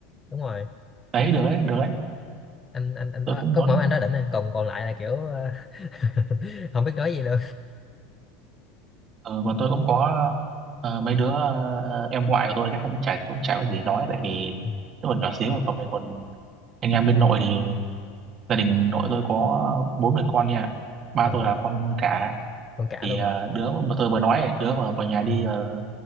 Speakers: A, on the left; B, on the right.
A: đúng rồi
B: Đấy, được ấy, được ấy.
A: anh anh anh
B: Tôi
A: đó
B: cũng
A: có
B: muốn
A: mỗi anh đó đỉnh này còn còn lại là kiểu ờ, <laughs> không biết nói gì luôn
B: Ờ, còn tôi cũng có ờ, mấy đứa ờ, em ngoại của tôi chắc cũng chả cũng chả có gì nói tại vì
A: ừ.
B: nó còn nhỏ xíu còn mình còn anh em bên nội thì gia đình nội tôi có bốn người con nha ba
A: ờ,
B: tôi là con cả
A: con cả
B: thì
A: luôn
B: ờ,
A: hả
B: đứa mà tôi vừa nói ấy, đứa mà vào nhà đi
A: ừ.
B: ờ,